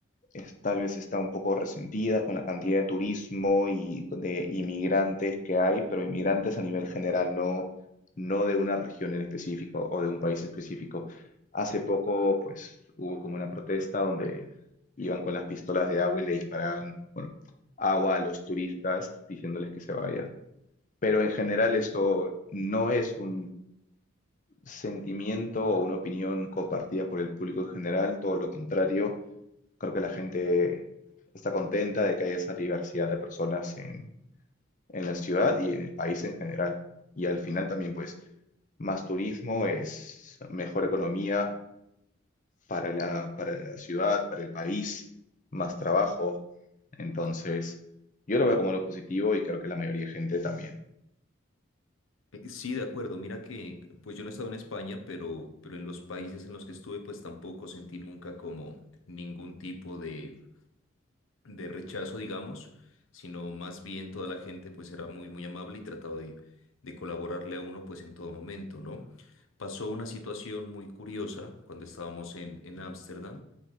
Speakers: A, on the left; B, on the left.
A: es- tal vez está un poco resentida con la cantidad de turismo y de inmigrantes que hay, pero inmigrantes a nivel general, no, no de una región en específico o de un país específico. Hace poco, pues, hubo como una protesta donde iban con las pistolas de agua y le disparaban, bueno, agua a los turistas diciéndoles que se vayan. Pero en general esto no es un sentimiento o una opinión compartida por el público en general, todo lo contrario Creo que la gente está contenta de que haya esa diversidad de personas en, en la ciudad y en el país en general. Y al final también, pues, más turismo es mejor economía para la, para la ciudad, para el país, más trabajo. Entonces, yo lo veo como lo positivo y creo que la mayoría de gente también.
B: Eh, Sí, de acuerdo. Mira que, pues yo no he estado en España, pero, pero en los países en los que estuve, pues tampoco sentí nunca como ningún tipo de, de rechazo, digamos, sino más bien toda la gente pues era muy, muy amable y trataba de, de colaborarle a uno pues en todo momento, ¿no? Pasó una situación muy curiosa cuando estábamos en, en Ámsterdam,